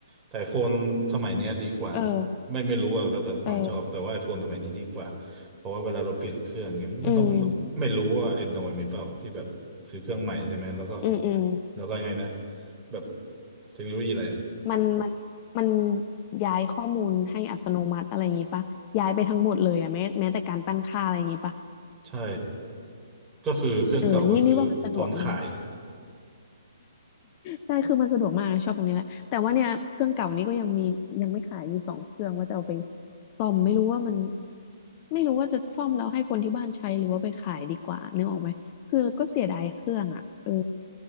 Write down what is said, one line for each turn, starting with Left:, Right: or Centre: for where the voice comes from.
Right: แต่ไอโฟนสมัยเนี้ยดีกว่า
Left: เออ
Right: ไม่ไม่รู้อะแล้วแต่ความชอบ
Left: เออ
Right: แต่ว่าไอโฟนสมัยนี้ดีกว่าเพราะว่าเวลาเราเปลี่ยนเครื่องเนี้ยไม่ต้องแบบไม่รู้ว่าไอ้นอยมีเปล่าที่แบบซื้อเครื่องใหม่ใช่ไหมแล้วก็
Left: อืมอืมอืม
Right: แล้วก็ยังไงนะแบบเทคโนโลยีอะไรอะ
Left: มันมันมันย้ายข้อมูลให้อัตโนมัติอะไรอย่างงี้ปะย้ายไปทั้งหมดเลยอะแม้แม้แต่การตั้งค่าอะไรอย่างงี้ปะ
Right: ใช่ก็คือเครื่องเก่าก็คือพร้อมขาย
Left: เออนี่นี่ว่ามันสะดวกมาก ใช่คือมันสะดวกมากชอบตรงนี้แหละแต่ว่าเนี่ยเครื่องเก่านี้ก็ยังมียังไม่ขายอยู่สองเครื่องว่าจะเอาไปซ่อมไม่รู้ว่ามันไม่รู้ว่าจะซ่อมแล้วให้คนที่บ้านใช้หรือว่าไปขายดีกว่านึกออกไหมคือก็เสียดายเครื่องอ่ะเออ